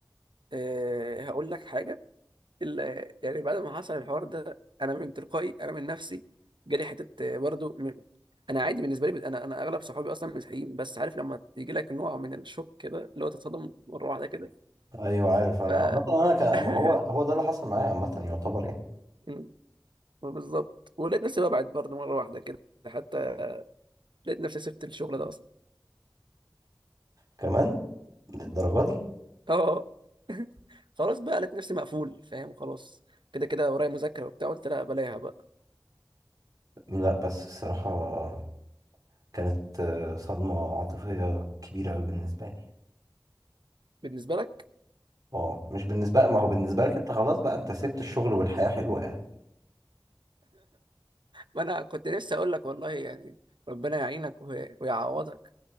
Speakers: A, on the right; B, on the right.
A: آه، هقول لك حاجة ال- يعني بعد ما حصل الحوار ده أنا من تلقائي أنا من نفسي جالي حتة آه، برضو م- أنا عادي بالنسبة لي بت- أنا أنا أغلب صحابي أصلا مسيحيين بس عارف لما يجي لك نوع من الشوك كده اللي هو تتصدم مرة واحدة كده
B: ايوه عارف انا
A: ف
B: عامه انا ك... ما
A: <laughs>
B: هو هو ده اللي حصل معايا عامه يعتبر يعني
A: م، بالظبط ولقيت نفسي ببعد برضو مرة واحدة كده حتى لقيت نفسي سبت الشغل ده أصلا
B: كمان للدرجه دي
A: اه خلاص بقى لقيت نفسي مقفول فاهم خلاص كده كده ورايا مذاكرة وبتاع قلت لا بلاها بقى
B: لا بس الصراحه كانت آه، صدمه عاطفيه كبيره قوي بالنسبه لي
A: بالنسبة لك
B: اه مش بالنسبه ما هو بالنسبه
A: لا
B: لك انت خلاص بقى انت سبت الشغل والحياه حلوه يعني
A: ما انا كنت نفسي اقول لك والله يعني ربنا يعينك وي- ويعوضك